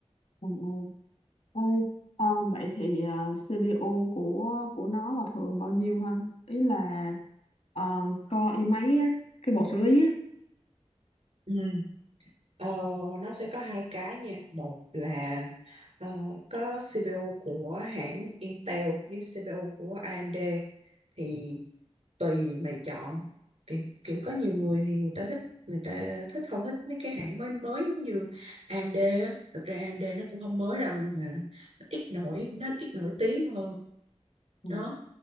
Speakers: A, on the left; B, on the right.
A: Ờ, ờ. Ê, ờ, vậy thì ờ, CPU của của nó là thường bao nhiêu ha? Ý là um, core i mấy á, cái bộ xử lý á.
B: Ừ. Ờ, nó sẽ có hai cái nha một là ờ, có CPU của hãng Intel với CPU của AMD thì tùy mày chọn kiểu, kiểu có nhiều người thì người ta thích người ta thích không thích mấy cái hãng mới mới giống như AMD á thực ra AMD nó cũng không mới đâu nhưng mà nó ít nổi nó ít nổi tiếng hơn
A: Ừ.
B: đó